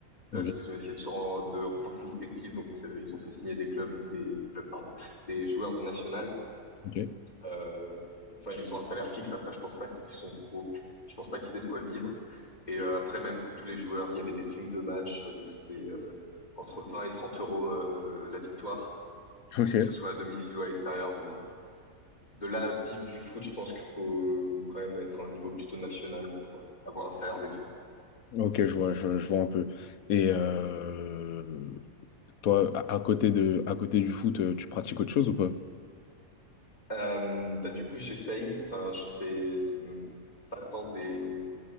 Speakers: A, on the left; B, on the left.
A: euh,
B: Ok,
A: parce qu'ils ont essayé de se ren- de renforcer l'effectif, donc euh, ils ont fait signer des clubs, des clubs, pardon, des joueurs de national.
B: ok,
A: Euh, enfin, ils ont un salaire fixe. Après, je pense pas qu'ils sont pro. Je pense pas qu'ils aient de quoi vivre. Et euh, après, même pour tous les joueurs, il y avait des primes de match. Donc, c'était euh, entre 20 et 30 euros euh, la victoire,
B: ok,
A: que ce soit à domicile ou à l'extérieur. Mais de là à vivre du foot, je pense qu'il faut quand même être à un niveau plutôt national pour euh, avoir un salaire décent.
B: ok, je vois, je, vois je vois un peu. Et euh, toi, à à côté de, à côté du foot, euh, tu pratiques autre chose ou pas?
A: Euh, bah, du coup, j'essaye. Enfin, je fais c'est pas tant des.